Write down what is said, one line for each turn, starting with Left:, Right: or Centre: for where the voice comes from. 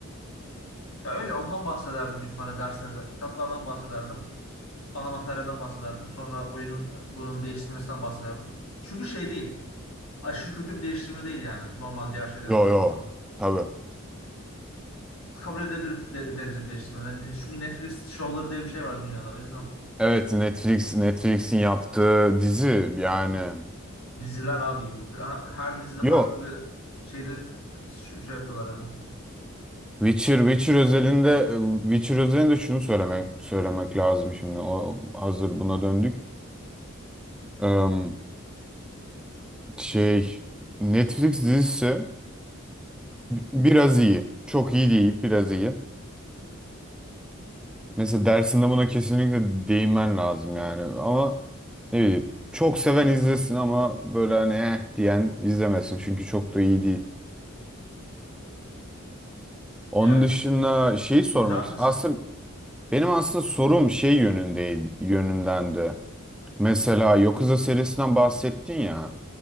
Left: Ya öyle ondan bahsederdim büyük ihtimalle derslerde. Kitaplardan bahsederdim. Ana materyalden bahsederdim. Sonra oyunun bunun değiştirmesinden bahsederdim. Çünkü şey değil. Aşırı kötü bir değiştirme değil yani. Normal diğer şeylere
Centre: Yo
Left: baktığın
Centre: yo
Left: zaman.
Centre: tabii.
Left: Kabul edilebilir de- derece bir değiştirme. Yani çünkü Netflix şovları diye bir şey var dünyada. O yüzden
Centre: Evet Netflix Netflix'in yaptığı dizi yani.
Left: diziler abi gibi. Her her dizide
Centre: Yo
Left: farklı bir şeyde ş- şey yapıyorlar yani.
Centre: Witcher Witcher özelinde e, Witcher özelinde şunu söylemek söylemek lazım şimdi. O, hazır buna döndük. Em, şey Netflix dizisi Biraz iyi. Çok iyi değil, biraz iyi. Mesela dersinde buna kesinlikle değinmen lazım yani. Ama ne bileyim çok seven izlesin ama böyle hani eh diyen izlemesin. Çünkü çok da iyi değil. Onun
Left: Yani
Centre: dışında şeyi sormak
Left: güzel
Centre: ist-
Left: dizi.
Centre: Aslında benim aslında sorum şey yönündeydi, yönündendi. Mesela Yakuza serisinden bahsettin ya.